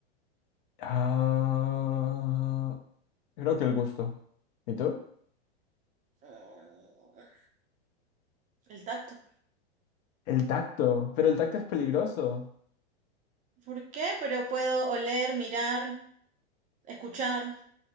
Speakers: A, on the left; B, on the right.
A: Ah, creo que el gusto. ¿Y tú?
B: Mm, El tacto.
A: El tacto. Pero el tacto es peligroso.
B: ¿Por qué? Pero puedo oler, mirar, escuchar,